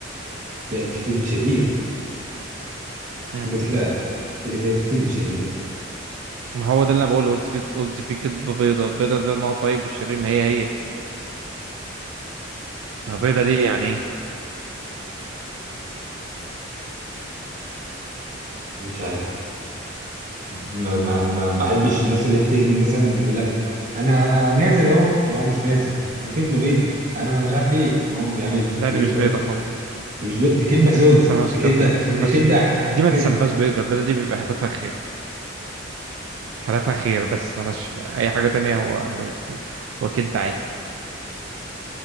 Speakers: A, on the right; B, on the right.
A: في في كدب شرير
B: مم.
A: كده كده كده كده في كدب شرير
B: ما هو ده اللي انا بقوله قلت فيه قلت فيه كدبة بيضاء بيضاء بيضاء ما هو طيب والشرير ما هي هي ما بيضاء دي يعني ايه
A: مش عارف ما, ما, ما بحبش الناس اللي بتكذب مثلا يقول لك انا نازل اهو ما هو مش نازل دي كدبه بيضه انا مش عارف ايه هو ما بيعملش
B: لا دي
A: دي كدبه
B: مش بيضاء
A: بيضه
B: خالص
A: مش بي... دي كدبه سودا
B: ما تسماش
A: دي
B: كده
A: كدبه
B: ما تسماش
A: دي كدبه
B: دي ما
A: <laughs>
B: تسماش بيضاء البيضاء دي بيبقى هدفها خير خلافها خير بس ملهاش اي حاجه تانية هو هو هو كدب عادي